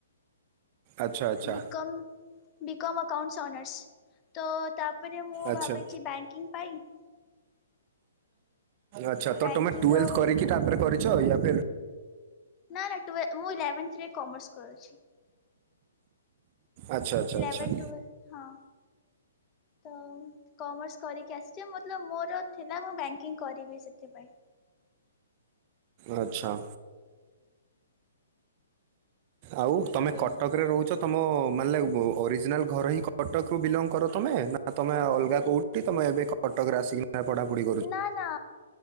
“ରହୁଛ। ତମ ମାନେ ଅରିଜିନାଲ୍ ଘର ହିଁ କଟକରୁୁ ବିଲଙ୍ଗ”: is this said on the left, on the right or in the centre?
Right